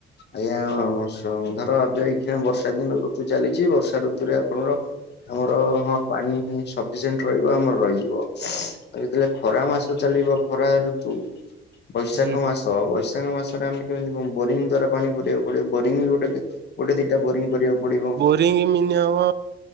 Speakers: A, on the left; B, on the right.
A: ଆଜ୍ଞା ଧ ଧର ଏବେ ଏଇ ଖିନ ବର୍ଷା ଦିନ ଋତୁ ଚାଲିଛି ବର୍ଷା ଋତୁରେ ଆପଣର ଆମର ହଁ ପାଣି ସଫିସିଏଣ୍ଟ ରହିବ ଆମର ରହିଯିବ ଆଉ ଯେତେବେଳେ ଖରା ମାସ ଚାଲିବ ଖରା ଋତୁ ବୈଶାଖ
B: ହୁଁ
A: ମାସ ବୈଶାଖ ମାସରେ ଆମେ କେମିତି କୁ ବୋରିଂ ଦ୍ଵାରା ପାଣି ପିବାକୁ ପଡିବ ବୋରିଂ ଗୋଟେ ଗୋଟ ଗୋଟେ ଦିଟା ବୋରିଂ କରିବାକୁ ପଡିବ
B: ସ୍ପ୍ରିଙ୍ଗ ମିନିୟମ